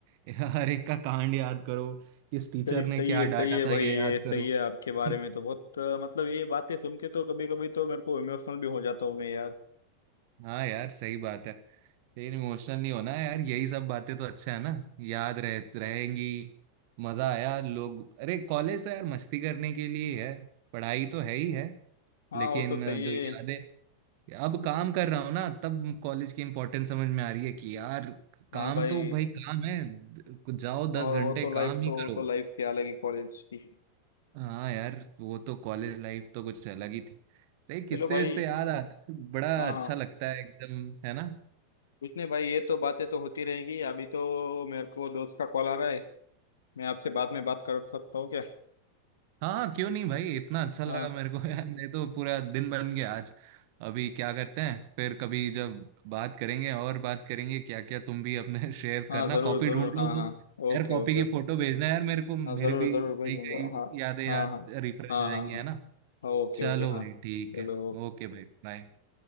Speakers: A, on the right (about 45°); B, on the left (about 65°).
A: <laughs> हर एक का कांड याद करो किस टीचर
B: सही सही
A: ने क्या
B: है
A: डांटा
B: सही है
A: था
B: भाई
A: ये
B: ये
A: याद करो
B: सही है आपके बारे
A: <laughs>
B: में तो बहुत अ, मतलब ये बातें सुन के तो कभी कभी तो मेरे को इमोशनल भी हो जाता हूँ मैं यार
A: हाँ यार सही बात है फिर इमोशनल नहीं होना है यार यही सब बातें तो अच्छा है ना याद रह रहेंगी मजा आया लोग अरे कॉलेज तो यार मस्ती करने के लिए ही है पढ़ाई तो है ही है
B: हाँ
A: लेकिन
B: वो तो सही
A: जो
B: है
A: यादें अब काम कर रहा हूँ ना तब कॉलेज की इंपॉर्टेंस समझ में आ रही है कि यार
B: हाँ
A: काम
B: भाई
A: तो भाई काम है द- जाओ दस
B: और
A: घंटे
B: वो तो
A: काम
B: लाइफ
A: ही
B: तो वो
A: करो
B: तो लाइफ की अलग ही कॉलेज की
A: हाँ यार वो तो कॉलेज लाइफ तो कुछ अलग ही थी तो ये किस्से
B: चलो भाई
A: से याद आता है बड़ा
B: हाँ
A: अच्छा
B: हाँ
A: लगता है एकदम है ना
B: कुछ नहीं भाई ये तो बातें तो होती रहेंगी अभी तो मेरे को दोस्त का कॉल आ रहा है मैं आपसे बाद में बात कर सकता हूँ क्या
A: हाँ हाँ क्यों नहीं भाई इतना अच्छा लगा
B: हाँ
A: मेरे को <laughs> यार ये तो पूरा दिन बन गया आज अभी क्या करते हैं फिर कभी जब बात करेंगे और बात करेंगे क्या क्या तुम भी अपने <laughs> शेयर
B: हाँ
A: करना
B: जरूर
A: कॉपी
B: जरूर
A: ढूंढ लो
B: हाँ हाँ
A: वो।
B: ओके
A: यार कॉपी
B: ओके
A: की
B: ओके
A: फोटो भेजना यार मेरे को मेरे
B: हाँ जरूर
A: भी
B: जरूर भेजूंगा
A: कई कई
B: हाँ
A: यादें
B: हाँ
A: याद
B: हाँ
A: रिफ्रेश
B: हाँ
A: हो जाएंगी
B: हाँ हाँ
A: है ना
B: ओके
A: चलो
B: ओके हाँ
A: भाई ठीक
B: चलो
A: है ओके भाई बाय